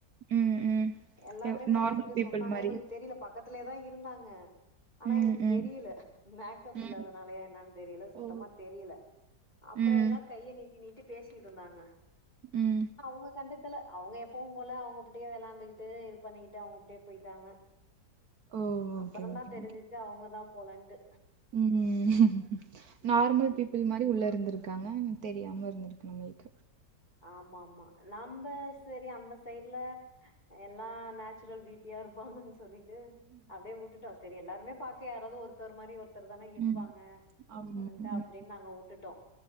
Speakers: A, on the right; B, on the left.
A: ம். ம்.
B: எல்லாருமே
A: எ நார்மல்
B: பாத்துட்டு
A: பீப்பிள்
B: சொன்னாங்க
A: மாரி.
B: எங்களுக் தெரில ப க்கத்துலேதா இருந்தாங்க ஆனா
A: ம்.
B: எங்களுக்கு
A: ம்.
B: தெரியல மேக்கப்
A: ம்.
B: இல்லாதனாலயா என்னான் தெரியல சுத்தமா
A: ஓ!
B: தெரியல அப்பறோ
A: ம்.
B: எல்லா கைய நீட் டி நீட்டி பேசிட்ருந்தாங்க
A: ம்.
B: அவுங்க கண்டுக் க்கல அவுங்க எப்பவும் போல அவுங்க அப்டியே வெளாண்டுகுட்டு இது பண்ணிக்கிட்டு அவ்ங்க அப்டே போய்ட்டாங்க
A: ஓ!
B: அப்பறந்தா
A: ஓகே, ஓகே,
B: தெரிஞ்சிச்சி
A: ஓகே.
B: அவுங்க தா போலன்ட்டு்
A: ம்
B: ம்
A: நார்ம்ல் பீப்பிள் மாறி உள்ள இருந்துருக்காங்கன் தெரியாம இந்துருக்கு உங்களுக்கு
B: ஆம்மா ஆம்மா நம்ப செரி அந்த சைட்ல எல்லா நேச்சுரல் ப்யூட்டியா இருப்பாங்கன் சொல்லிட்டு அப்டியே உட்டுட்டோ செரி எல்லாருமே பாக் யாராது ஒருத்தர் மாறி ஒர் த்தர் தான இருப்பாங்க
A: ம். ஆமா.
B: அப்டின்ட்டு
A: ம்.
B: அப்டியே நாங்க உட்டுட்டோ